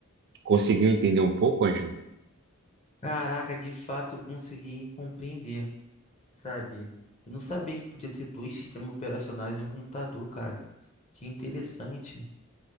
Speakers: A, on the right (about 55°); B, on the left (about 35°).
A: Conseguiu entender um pouco, Ângelo?
B: Caraca, de fato eu consegui compreender, sabe? Eu não sabia que podia ter dois sistemas operacionais em um computador, cara. Que interessante.